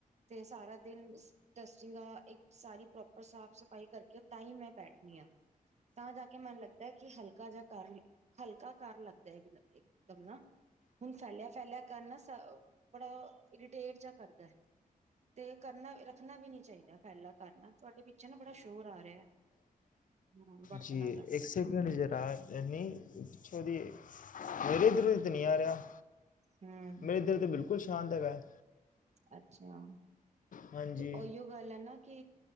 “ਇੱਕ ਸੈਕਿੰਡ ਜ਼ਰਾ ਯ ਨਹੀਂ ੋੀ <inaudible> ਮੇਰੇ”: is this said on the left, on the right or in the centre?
Left